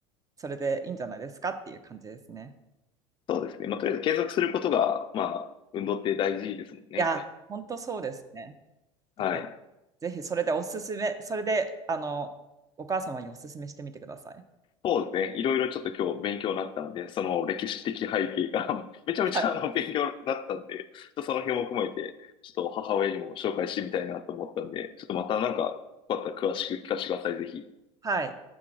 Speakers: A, on the right; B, on the left.
A: それでいいんじゃないですかっていう感じですね。
B: そうですね。まあ、とりあえず継続することが、まあ、運動って大事ですもんね。
A: いや、本当そうですね。だから
B: はい。
A: ぜひそれでおすすめ、それで、あの、お母様におすすめしてみてください。
B: そうですね。いろいろちょっと今日勉強になったんで、その歴史的背景が <laughs> めちゃめちゃあの勉強になったんで、
A: はい。
B: ちょっとその辺も踏まえて、ちょっと母親にも紹介してみたいなと思ったんで、ちょっとまたなんか、よかったら詳しく聞かせてください、ぜひ。
A: はい。